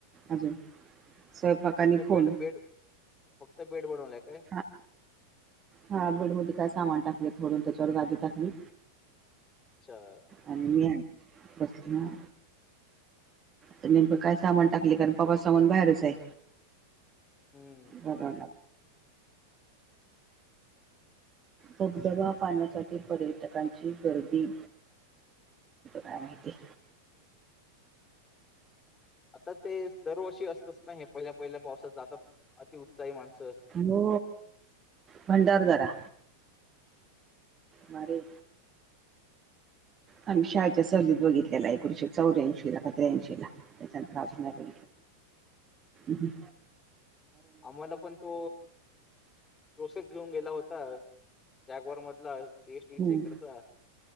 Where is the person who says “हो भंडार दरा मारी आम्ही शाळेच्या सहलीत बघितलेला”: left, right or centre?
Right